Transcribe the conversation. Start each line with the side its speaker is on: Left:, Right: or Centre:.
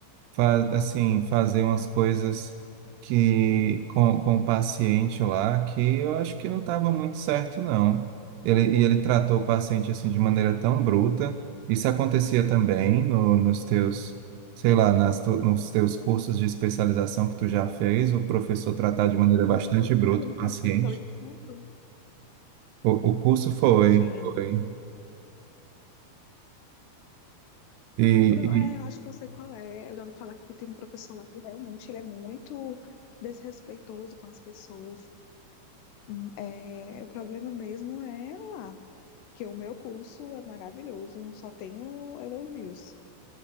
Right: fa- assim, fazer umas coisas que com, com o paciente lá que eu acho que não estava muito certo, não. Ele, e ele tratou o paciente assim de maneira tão bruta. Isso acontecia também no, nos teus, sei lá, nas, tu- nos teus cursos de especialização que tu já fez, o professor tratar de maneira bastante
Left: É
Right: bruta
Left: aquele
Right: o paciente.
Left: curso que fica ali no centro?
Right: O, o curso foi,
Left: Sim.
Right: foi. E,
Left: Pro-
Right: e-
Left: É, eu acho que eu sei qual é. Eu já ouvi falar que tem um professor lá que realmente ele é muito desrespeitoso com as pessoas. Hum, É, o problema mesmo é lá, que o meu curso é maravilhoso, só tenho elogios.